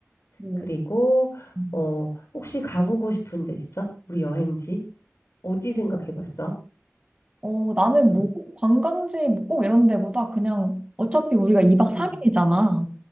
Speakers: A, on the right (about 25°); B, on the left (about 65°).
A: 뭐
B: 그리고
A: 음.
B: 어, 혹시 가보고 싶은 데 있어? 우리 여행지? 어디 생각해봤어?
A: 어, 나는
B: 음,
A: 뭐 관광지 뭐꼭 이런 데보다 그냥 어차피 우리가 2박 3일이잖아.
B: 음,